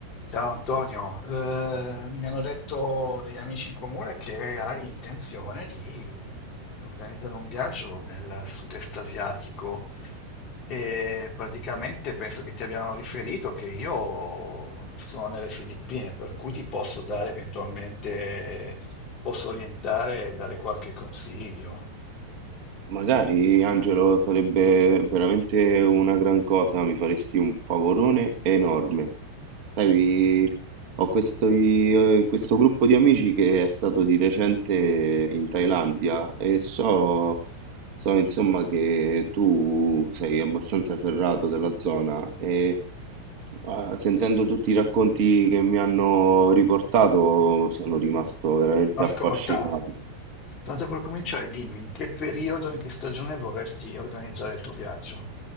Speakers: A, on the left; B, on the right.
A: Ciao Antonio, Eh, mi hanno detto degli amici in comune che hai intenzione di organizzare un viaggio nel sud-est asiatico e praticamente penso che ti abbiano riferito che io sono nelle Filippine, per cui ti posso dare eventualmente, ti posso orientare e dare qualche consiglio.
B: Magari, Angelo, sarebbe veramente una gran cosa, mi faresti un favorone enorme. Sai, ho questo, eh, questo gruppo di amici che è stato di recente in Thailandia e so, so, insomma che tu sei abbastanza ferrato della zona e ah, sentendo tutti i racconti che mi hanno riportato sono rimasto veramente
A: Ascolta,
B: affascinato.
A: tanto per cominciare, dimmi in che periodo, in che stagione vorresti organizzare il tuo viaggio?